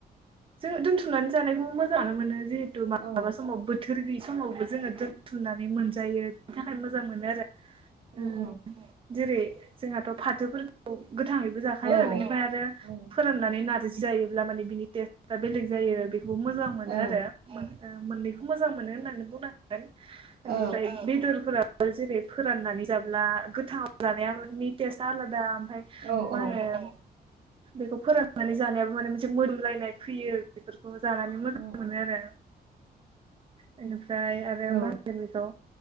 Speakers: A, on the right; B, on the right.
A: जों दोनथुमनानै जानायखौ मोजाङानो मोनो जिहेतु तु माब्लाबा
B: औ
A: समाव बोथोर गैयि समावबो जोङो दोनथुमनानै मोनजायो बिनि थाखायनो मोजां मोनो आरो
B: ओम
A: उम
B: ओम
A: जेरै जोंहाथ' फाथोफोरखौ गोथाङैबो जाखायो
B: औ
A: बेनिफाय आरो
B: उम
A: फोराननानै नारजि जायोब्ला माने बिनि टेस्टआ बेलेग जायो बेखौबो मोजां मोनो
B: औ
A: आरो मोनो ओ मोननैखौ मोजां मोनो होननानै बुंनांगोन बेनिफ्राय
B: औ
A: बेदरफोराव जेरै फोराननानै जाब्ला गोथांयाव जानाया नि टेस्ट आ आलादा आमफाय
B: औ
A: मा
B: औ
A: होनो बेखौ फोरानानै जानायाबो माने मोनसे मोदोमलायनाय फैयो बेफोर खौ जानानै मोजां
B: उम
A: मोनो
B: उम
A: आरो बेनिफ्राय आरो
B: औ
A: मा होनगोन बेखौ